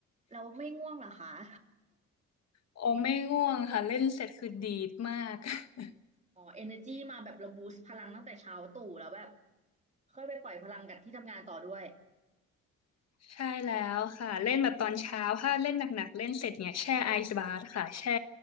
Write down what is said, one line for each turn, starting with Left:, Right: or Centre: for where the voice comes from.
Right: เราไม่ง่วงเหรอคะ <laughs>
Left: โอไม่ง่วงค่ะเล่นเสร็จคือดีดมาก <laughs>
Right: อ๋อเอเนจีมาแบบเราบูสต์พลังตั้งแต่เช้าตู่แล้วแบบค่อยไปปล่อยพลังกับที่ทำงานต่อด้วย
Left: ใช่แล้วค่ะเล่นแบบตอนเช้าถ้าเล่นหนักๆเล่นเสร็จเนี่ยแช่ไอซ์บาร์ค่ะแช่